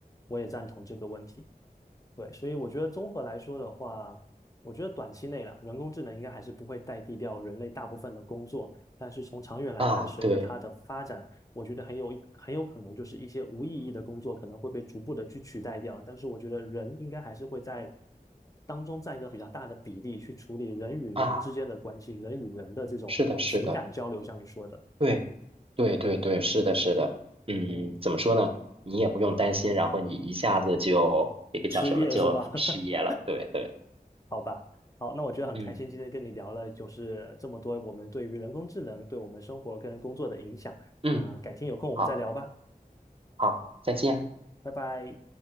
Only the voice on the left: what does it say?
我也赞同这个问题。对，所以我觉得综合来说的话，我觉得短期内了，人工智能应该还是不会代替掉人类大部分的工作，但是从长远来看，
随着它的发展，
我觉得很有一很有可能就是一些无意义的工作可能会被逐步的去取代掉，但是我觉得人应该还是会在当中占一个比较大的比例去处理人与人之间的关系，
人与人的这种情感交流，
像你说的，
嗯，
失业是吗？<laughs>
好吧，好，那我觉得很开心，
今天跟你聊了就是这么多我们对于人工智能对我们生活跟工作的影响。
那改天有空我们再聊吧，
拜拜。